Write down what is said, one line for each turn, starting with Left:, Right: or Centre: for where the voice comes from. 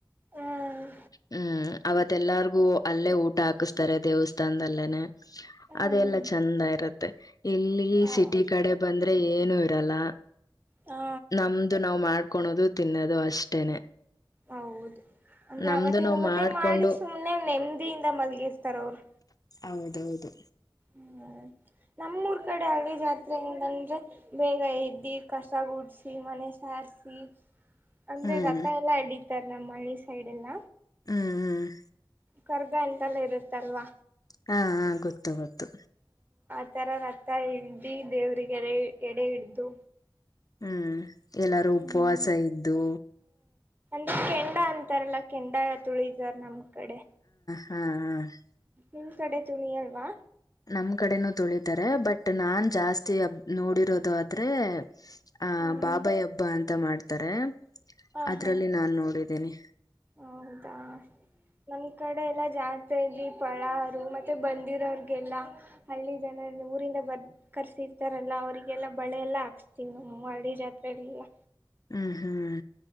Right: ಹ್ಮ್
Left: ಹ್ಮ್ ಅವತ್ತೆಲ್ಲಾರ್ಗು ಅಲ್ಲೇ ಊಟ ಹಾಕಿಸ್ತಾರೆ ದೇವಸ್ಥ ತಂದಲ್ಲೇನೆ
Right: ಹ್ಮ್
Left: ಅದೆಲ್ಲಾ ಚಂದ ಇರುತ್ತೆ ಇಲ್ಲಿ
Right: ಹೌ
Left: ಸಿಟಿ ಕಡೆ ಬಂದ್ರೆ ಅೆ ಏನು ಇರಲ್ಲ
Right: ಹಾ
Left: ನಮ್ದು ನಾವು ಮಾಡ್ ಕಳೋದು ತಿನ್ನೋದು ಅಷ್ಟೇನೆ
Right: ಹೌದು ಅಂದ್ರೆ
Left: ನಮ್ದು
Right: ಅವತ್ತಿನವತ್ತೇ
Left: ನಾವ್ ಮಾಡ್ಕೊಂಡು
Right: ಮಾಡಿ ಸುಮ್ನೆ ನೆಮ್ಮದಿಯಿಂದ ಮಲ್ಗಿರ್ತಾರ ಅವರು
Left: ಹೌದೌದು
Right: ಹ್ಮ್ ನಮ್ಮೂರ್ ಕಡೆ ಹಳಿ ಜಾತ್ರೆಯಿಂದಂದ್ರೆ ಬೇಗ ಎದ್ದಿ ಕಸ ಗೂಡ್ಸಿ ಮನೆ ಸಾರಸಿ ಅಂದ್ರೆ
Left: ಹ್ಮ್
Right: ರಥ ಎಲ್ಲಾ ಎಡ ಇದರ ನಮ್ಮ ಹಳ್ಳಿ ಸೈಡ್ ಎಲ್ಲ
Left: ಹ್ಮ್ ಹ್ಮ್
Right: ಕರ್ಗ ಎಂತೆಲ್ಲ ಇರುತ್ತಲ್ವಾ
Left: ಹಾ ಹ ಗೊತ್ತು ಗೊತ್ತು
Right: ಆ ತರ ರತ್ತ ಹ್ದಿ ದೇವ್ರರಿಗೆಡೆ ಎಡೆ ಹಿಡ್ದು
Left: ಹ್ಮ್ ಎಲ್ಲಾರೂ ಉಪವಾಸ
Right: ಹ್ಮ್
Left: ಇದ್ದು
Right: ಈ ಕೆಂಡ ಅಂತಾರಲ್ಲ ಕೆಂಡ ತುಳಿದಾರ ನಮ್ಗೆ ಕಡೆ
Left: ಹ್ಮ್ ಹ
Right: ನಿಮ್ ಕಡೆ ತುನಿ ಅಲ್ವಾ
Left: ನಮ್ ಕಡೆನೂ ತೊಳಿತಾರೆ ಬಟ್ ನಾನ್ ಜಾಸ್ತಿಬ್ ನೋಡಿರೋದು ಆದ್ರೆ ಆ
Right: ಹ್ಮ್
Left: ಬಾಬಾಯ ಹಬ್ಬ ಅಂತ ಮಾಡ್ತಾರೆ
Right: ಹಾ
Left: ಅದ್ರಲ್ಲಿ
Right: ಹಾ
Left: ನಾನ್ ನೋಡಿದ್ದ ಇದನೇ
Right: ಹೌದಾ ನಮ್ ಕಡೆ ಎಲ್ಲಾ ಜಾ ಜಾೆಯಲ್ಲಿ ಪಳಾರ ಮತ್ತೆ ಬಂದಿರೋಿಗೆಲ್ಲ ಹಳ್ಳಿ ಜನ ಊರಿಂದ ಬರ್ ಕರ್ಸಿರ್ತಾರಲ್ಲ ಅವರಿಗೆಲ್ಲ ಬಳೆಲ್ಲ ಹಾಕ್ಸ್ತೀನಿ ನ ಹಳ್ಳಿ ಜಾತ್ರೆಗಳಿಗೆ
Left: ಹ್ಮ್ ಹ್ಮ್